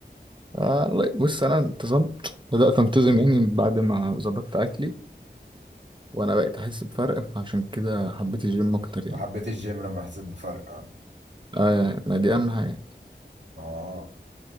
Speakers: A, on the right (about 25°); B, on the right (about 80°).
A: آه لا، بص انا انتظمت بدأت انتظم يعني بعد ما ظبطت اكلي وانا بقيت احس بفرق فعشان كده حبيت الجيم اكتر يعني
B: أنت حبيت الجيم لما حسيت بفرق اه
A: اه ما دي اهم حاجة
B: آه.